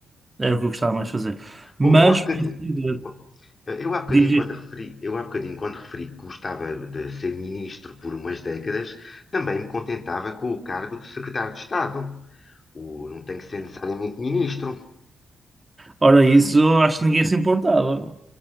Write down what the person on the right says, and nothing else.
Era o que eu gostava mais de fazer. Mas,
posso dizer,
diz,
isto.
ora, isso eu acho que ninguém se importava.